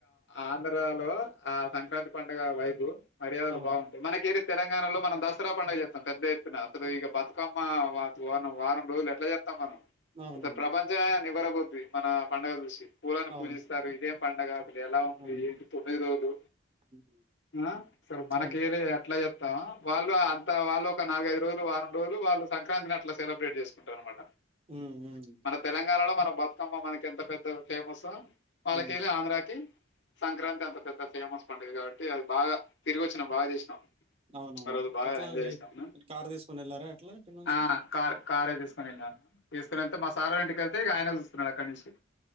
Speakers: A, on the left (about 70°); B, on the right (about 30°).
A: ఆంధ్రలో ఆ సంక్రాంతి పండుగ వైబ్ మర్యాదలు
B: అవును.
A: బాగుంటాయి మనకేడీ తెలంగాణలో మనం దసరా పడుగ చె పెద్ద ఎత్తున అసలు ఇగ బతుకమ్మ వారం రోజులు ఎట్లా చేత్తం మనం
B: అవునవును.
A: ప్రపంచమే బివరా బుద్వి మన పండుగ రుషి పూలను
B: అవును.
A: పూజిస్తారు ఇదేం పండగ అసలు ఎలా ఉంది
B: అవును.
A: ఏంటి తొమ్మిది రోజులు
B: హ్మ్.
A: ఆ అసలు మనకెలే
B: అవును.
A: అట్లా తా వాళ్ళు ఆ త వాళ్ళు ఒక నాలుగైదు రోజలు వారం రోజులు వాళ్ళు సంక్రాంతినట్ల సెలబ్రేట్ చేసుకుంటారనమాట
B: హ్మ్. హ్మ్.
A: మన తెలంగాణలో మనం బతుకమ్మ మనకి ఎంత పెద్ద ఫేమస్సో పాలకెలి
B: హ్మ్.
A: ఆంధ్రకీ సంక్రాంతి అంత పెద్ద ఫేమస్ పండగ కాబట్టి అది బాగా తిరిగి వచ్చినాం బాగా చేసినాం
B: అవునవును
A: ఆ రోజు బాగా
B: ఎట్లా
A: ఎంజాయ్ చేసినాము
B: కారు తీసుకోని వెళ్లారా ఎట్లా ఇన్నుంచి
A: ఆ కార్ కారే తీసుకోని ఎల్లాం తీసుకునెల్తే మా సారోళ్ళ ఇంటిక ఉంటే ఇగ అయినే చూసుకున్నాడు అక్కనుంచి